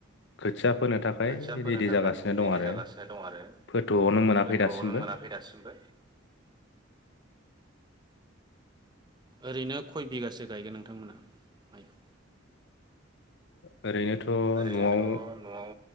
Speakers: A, on the left; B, on the right.
A: खोथिया फोनो थाखाय
B: खोथिया फोनो
A: रेडि
B: थाखाय
A: जागासिनो
B: रेडि
A: दं आरो
B: जागासिनो दं आरो।
A: फोथ'आवनो मोनाखै
B: गोथौआवनो
A: दासिमबो
B: मोनाखै दासिमबो ओरैनो खय बिगासो गायगोन नोंथांमोना मायखौ?
A: <inaudible> ओरैनोथ'
B: ओरैनोथ'
A: न'आव
B: न'आव